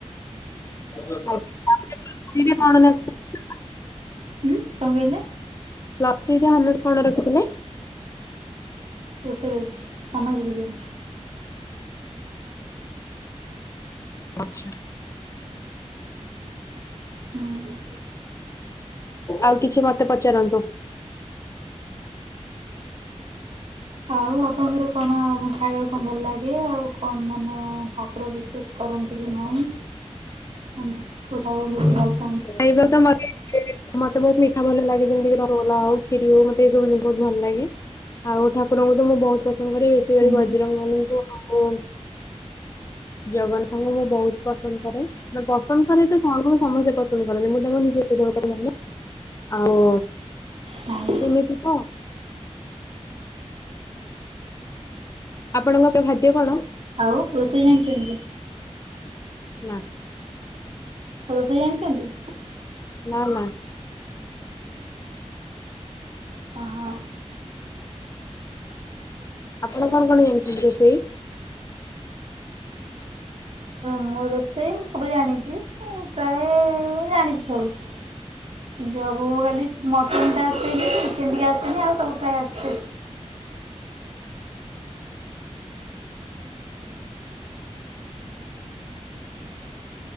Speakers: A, on the left; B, on the right.
A: <inaudible>
B: ହୁଁ, କଣ କହିଲେ?
A: ପ୍ଲସ ଥ୍ରି ରେ ଅନର୍ଷ କଣ ରଖିଥିଲେ?
B: ତୋ ସରଜ ସମାଜ ବିଜ୍ଞାନ।
A: ଆଚ୍ଛା।
B: ହୁଁ।
A: ଆଉ କିଛି ମତେ ପଚାରନ୍ତୁ।
B: ଆଉ, ଆପଣଙ୍କର କଣ ଖାଇବାକୁ କଣ ଭଲ ଲାଗେ? ଆଉ କଣ ମାନେ ଠାକୁର ବିଶ୍ଵାସ କ କରନ୍ତି କି ନାହିଁ! କନ୍ଧ-କଉ ଠାକୁରଙ୍କୁ ବେଶୀ ଭଲପା
A: ଏଇ ତ ତମରେ, ମତେ ବହୁତ ମି ଭଲ ଲାଗେ, ଯେମିତିି କି <unintelligible> ହଉ, ଖିରୀ ହଉ ମତେ, ଏ ସବୁ ଜିନିଷ ବହୁତ ଭଲ ଲାଗେ। ଆଉ, ଠାକୁରଙ୍କୁ ତ ମୁଁ ବହୁତ ପସନ୍ଦ କରେ। ବେଶୀ
B: ହୁଁ
A: କରି ବଜରଙ୍ଗବଲୀଙ୍କୁ ଆଉ। ଜଗନ୍ନାଥଙ୍କୁ ମୁଁ ବହୁତ ପସନ୍ଦ କରେ। ମୁଁ ପସନ୍ଦ କରେ ତ ସମସ୍ତେ ପସନ୍ଦ କରନ୍ତି। ମୁଁ ତାଙ୍କୁ ନିଜ <unintelligible> ଆଉ
B: ନାଇଁ
A: ଏମିତି ତ! ଆପଣଙ୍କ ପାଇଁ ଖାଦ୍ୟ କଣ?
B: ଆଉ ରୋଷେଇ ଜାଣିଛନ୍ତି?
A: ନା,
B: ରୋଷେଇ ଜାଣିଛନ୍ତି?
A: ନା, ନା।
B: ହଁ
A: ଆପଣ କଣ, କଣ ଜାଣିଛନ୍ତି ରୋଷେଇ?
B: ମୋ ରୋଷେଇ, ମୁଁ ସବୁ ଜାଣିଚି। ପ୍ରାୟ ଜାଣିଛି ସବୁ। ଯବୁ ବୁ କାଲି ମଟନ୍ ଟା ଆସନି। ଚିକେନ୍ ଟିକେ ଆସନି ଆଉ ସବୁ ପ୍ରାଏ ଆସଛି। ହଁ